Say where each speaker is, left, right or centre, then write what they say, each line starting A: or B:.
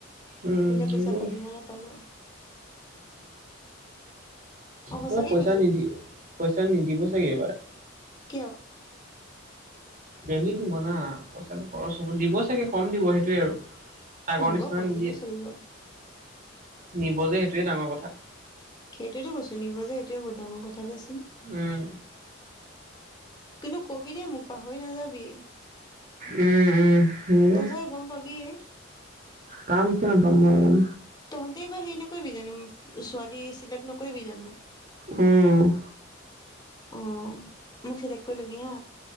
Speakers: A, on the right (about 45°); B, on the left (about 20°).
A: উম
B: তহঁতে
A: হ'ব
B: পইচা
A: উম।
B: পালি মই নাপালো অ সঁচাকে
A: এইবাৰ পইচা
B: কৈছো
A: নিদি পইচা নিদিব চাগে এইবাৰ?
B: কিয়?
A: ডেলি দিব না পইচাটো খৰচ হব দিব চাগে কম দিব সেইটোৱে আৰু। আগৰ
B: হ'ব
A: নিচিনা
B: কম
A: নিদিয়ে,
B: দিলেও চলিব
A: নিব যে সেইটোৱে ডাঙৰ কথা।
B: সেইটোৱেতো কৈছো নিব যে এইটোয়ে বহুত ডাঙৰ কথা দেচোন।
A: উম।
B: কিন্তু কবি দে মোক পাহৰি নাযাবি।
A: উম উম। হ'ব
B: তই চব গম পাবিয়ে?
A: কামিচ ন প ম <unintelligible>
B: তহঁতেই বাৰ হেৰি নকৰিবি জানো ছোৱালী চিলেক্ট নকৰিবি জানো?
A: উম।
B: অ, মোক চিলেক্ট কৰি ল'বি হা